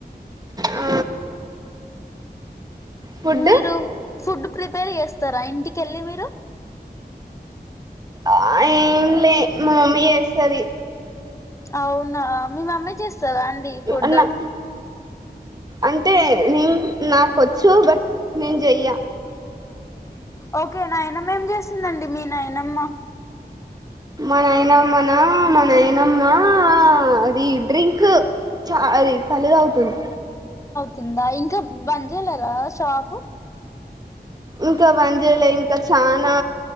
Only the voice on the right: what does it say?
ఆ ఫుడ్
ఆ ఏం లే మమ్మీ చేస్తది
అన్న అంటే న నాకొచ్చు బట్ నేను చెయ్యా
మా నయనమ్మనా మ నయనమ్మా అది డ్రింక్ చ అది కళ్ళు తాగుతుంది
ఇంకా బంద్ చేయలే ఇంకా చానా